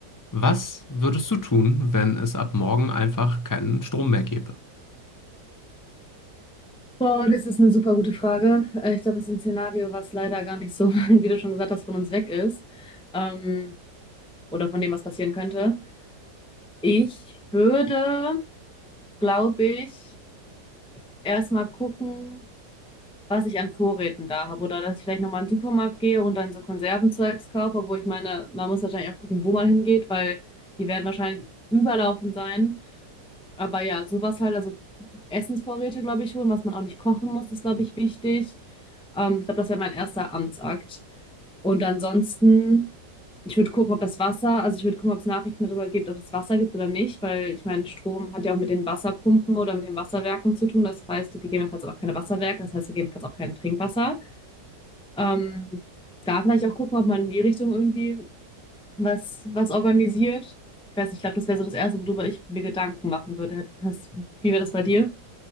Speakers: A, on the left (about 30°); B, in the centre.
A: Was würdest du tun, wenn es ab morgen einfach keinen Strom mehr gäbe?
B: Wow, das ist eine super gute Frage. Äh, Ich glaube, es ist ein Szenario, was leider gar nicht so, <laughs> wie du schon gesagt hast, von uns weg ist. Ähm, oder von dem, was passieren könnte. Ich würde, glaube ich, erstmal gucken, was ich an Vorräten da habe. Oder dass ich vielleicht nochmal in den Supermarkt gehe und dann so Konservenzeugs kaufe, wo ich meine, man muss wahrscheinlich auch gucken, wo man hingeht, weil die werden wahrscheinlich überlaufen sein. Aber ja, sowas halt, also Essensvorräte, glaube ich, holen, was man auch nicht kochen muss, ist, glaube ich, wichtig. Ähm, ich glaube, das wäre mein erster Amtsakt. Und ansonsten, ich würde gucken, ob das Wasser, also ich würde gucken, ob es Nachrichten darüber gibt, ob es Wasser gibt oder nicht, weil ich meine, Strom hat ja auch mit den Wasserpumpen oder mit den Wasserwerken zu tun. Das heißt, gegebenenfalls auch keine Wasserwerke, das heißt gegebenenfalls auch kein Trinkwasser. Ähm, da vielleicht auch gucken, ob man in die Richtung irgendwie was, was organisiert. Ich weiß nicht, ich glaube, das wäre so das Erste, worüber ich mir Gedanken machen würde. Hast, wie wäre das bei dir?